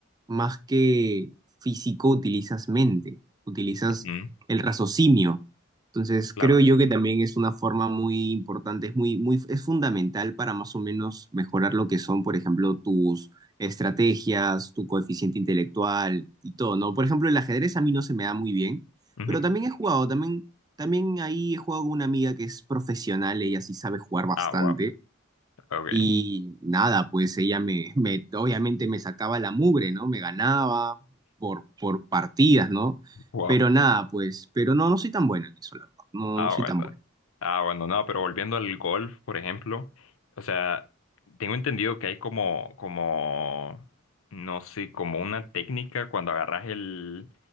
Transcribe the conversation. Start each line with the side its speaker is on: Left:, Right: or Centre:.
Right: más que físico utilizas mente, utilizas
Left: Ujú,
Right: el raciocinio. Entonces
Left: Claro.
Right: creo yo que también es una forma muy importante, es muy, muy, es fundamental para más o menos mejorar lo que son, por ejemplo, tus estrategias, tu coeficiente intelectual y todo, ¿no? Por ejemplo, el ajedrez a mí no se me da muy bien,
Left: Ujú.
Right: pero también he jugado, también, también ahí he jugado con una amiga que es profesional, ella sí sabe jugar bastante.
Left: Ah, wow. Ok.
Right: Y nada, pues ella me, me- obviamente me sacaba la mugre, ¿no? Me ganaba por, por partidas, ¿no?
Left: Wow.
Right: Pero nada, pues, pero no, no soy tan bueno en eso, la verdad. No,
Left: Ah,
Right: no soy
Left: bueno.
Right: tan bueno.
Left: Ah, bueno, no, pero volviendo al golf, por ejemplo, o sea, tengo entendido que hay como, como, no sé, como una técnica cuando agarras el,